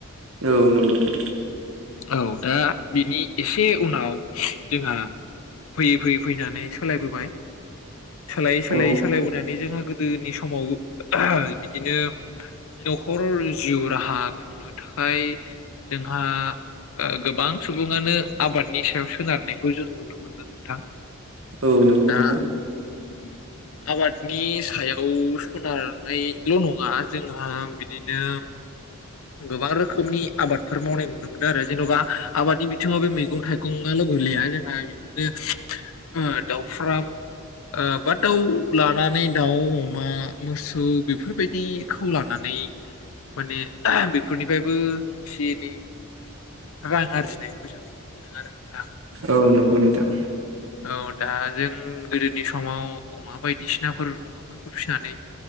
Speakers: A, on the right; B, on the left.
A: औ नंगौगौ
B: औ दा बिनि एसे उनाव जोंहा फैयै फैयै फैनानै सोलायबोबाय। सोलायै सोलायै
A: औ
B: सोलायबोनानै जोंहा गोदोनि समाव बिदिनो न'खर जिउ राहा खुंनो थाखाय जोंहा ओ गोबां सुबुङानो आबादनि सायाव सोनारनायखौ जों नुनो मोनदों नोंथां
A: औ नंगौ
B: दा
A: नोंथां
B: आबादनि सायाव सोनारनायल' नङा जोंहा बिदिनो गोबां रोखोमनि आबादफोर मावनाय नुनो मोनदों आरो जेन'बा आबादनि बिथिङाव बे मैगं थाइगंआल' गोलैया जोंहा बिदिनो ओ दाउ फ्राम ओ बा दाउ लानानै दाउम अमा मोसौ बेफोरबायदिखौ लानानै माने बेफोरनिफ्रायबो एसे एनै रां आरजिनायखौ जों नुनो मोनदों आरो नोंथां
A: औ नंगौ नोंथां
B: औ दा जों गोदोनि समाव अमा बायदिसिनाफोर अमाफोरखौ फिसिनानै